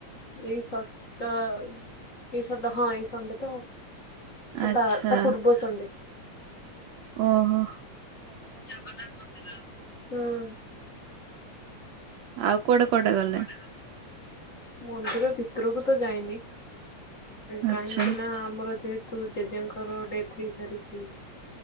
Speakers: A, on the left; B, on the right.
A: ଏଇ ସଟ ଏଇ ସନ ହଁ ଏଇ ସଣ୍ଡେ ତ,
B: ଆଚ୍ଛା
A: ତା ପୁର୍ବ ସଣ୍ଡେ।
B: ଓହୋ।
A: ଜଗନ୍ନାଥ ମନ୍ଦିର, ହୁଁ।
B: ଆଉ କୁଆଡେ କୁଆଡେ ଗଲେ?
A: <unintelligible> ମନ୍ଦିର ଭିତରକୁ ତ ଯାଇନି। କାହିଁକି
B: ଆଚ୍ଛା
A: ନା ଆମର ଯେହେତୁ ଜେଜେଙ୍କର ଡେଥ୍ ହେଇସାରିଚି।